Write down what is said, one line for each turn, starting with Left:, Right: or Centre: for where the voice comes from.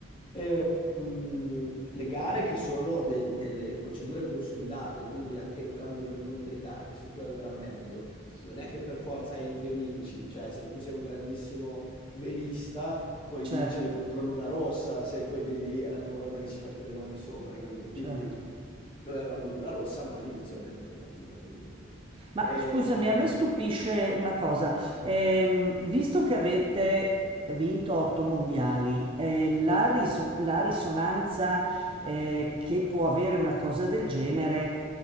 Left: E, mh, le gare che sono del- delle procedure consolidate, quindi anche entrando nel mondo delle gare, anche se tu hai un gran mezzo, non è che per forza entri e vinci, cioè se tu sei un grandissimo velista puoi vincere
Right: Certo,
Left: contro Luna Rossa se quelli lì è la prima volta che ci metto le mani sopra, hai capito? Quindi
Right: certo.
Left: noi avevamo Luna Rossa, ma all'inizio abbiamo fatto fatica comunque.
Right: Ma
Left: E,
Right: scusami, a me stupisce una cosa. Ehm, visto che avete vinto otto mondiali, eh, la, riso- la risonanza, eh, che può avere una cosa del genere